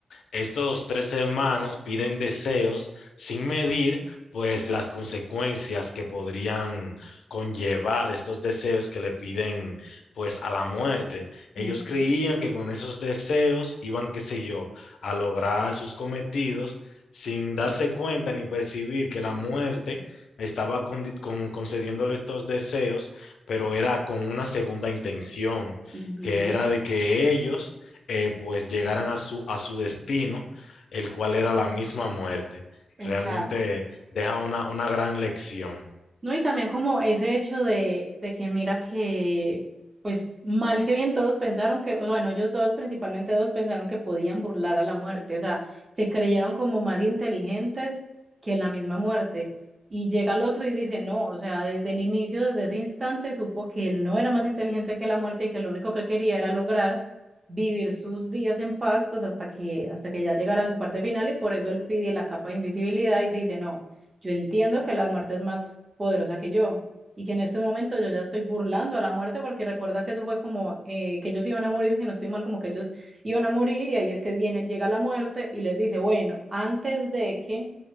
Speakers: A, on the left; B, on the right.
A: estos tres hermanos piden deseos sin medir, pues, las consecuencias que podrían conllevar estos deseos que le piden, pues, a la muerte. Ellos
B: Ujú.
A: creían que con esos deseos iban, qué sé yo, a lograr sus cometidos sin darse cuenta ni percibir que la muerte estaba con- con- concediéndole estos deseos, pero era con una segunda intención,
B: Ujú,
A: que era de que ellos eh, pues llegaran a su, a su destino, el cual era la misma muerte.
B: Exacto.
A: Realmente deja una, una gran lección.
B: No, y también como ese hecho de, de que mira que, pues mal que bien todos pensaron que, bueno, ellos dos, principalmente dos, pensaron que podían burlar a la muerte, o sea, se creyeron como más inteligentes que la misma muerte. Y llega el otro y dice, no, o sea, desde el inicio, desde ese instante, supo que él no era más inteligente que la muerte y que lo único que quería era lograr vivir sus días en paz, pues hasta que, hasta que ya llegara a su parte final y por eso él pide la capa de invisibilidad y dice, no yo entiendo que la muerte es más poderosa que yo y que en este momento yo ya estoy burlando a la muerte porque recuerda que eso fue como eh, que ellos iban a morir, si no estoy mal, como que ellos iban a morir y ahí es que viene, llega la muerte y les dice, bueno, antes de que